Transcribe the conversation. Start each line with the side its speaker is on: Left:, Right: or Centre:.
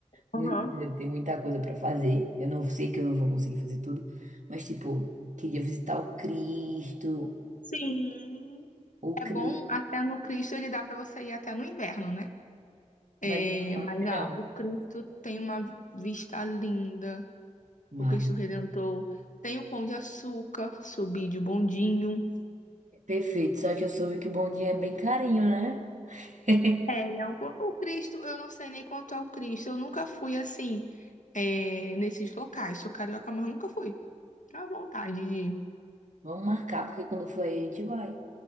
Right: No
Left: Aham.
Right: Rio de Janeiro tem muita coisa para fazer. Eu não sei que eu não vou conseguir fazer tudo, mas tipo, queria visitar o Cristo,
Left: Sim.
Right: o
Left: É
Right: Cristo,
Left: bom até no Cristo, ele dá para você ir até no inverno, né? É,
Right: mas eu não tava
Left: mas
Right: no verão.
Left: ah, o Cristo tem uma vista linda.
Right: Mas,
Left: o Cristo Redentor. Tem o Pão de Açúcar, Subide o Bondinho.
Right: perfeito, só que eu soube que o Bom Dia é bem carinho, né? <laughs>
Left: É, ele é o, po- o Cristo, eu não sei nem quanto é o Cristo. Eu nunca fui assim, é, nesses locais. Sou carioca, mas nunca fui. À vontade de ir.
Right: Vamos marcar, porque quando for aí a gente vai.